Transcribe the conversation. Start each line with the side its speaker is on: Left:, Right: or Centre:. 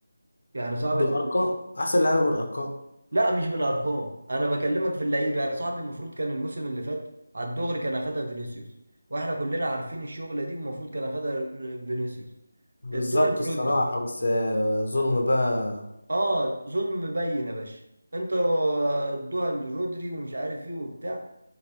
Right: يعني صعب
Left: بالأرقام
Right: الت-
Left: أحسن لعيبة بالأرقام
Right: لا مش بالأرقام أنا بكلمك في اللعيبة يعني صاحبي المفروض كان الموسم اللي فات على الدغري كان أخدها فينيسيوس واحنا كلنا عارفين الشغلة دي والمفروض كان أخدها فينيسيوس
Left: بالظبط
Right: ادوها لرودري
Left: الصراحة بس آه، ظلم بقى
Right: اه ظلم مبين يا باشا انتوا ادوها لرودري ومش عارف ايه وبتاع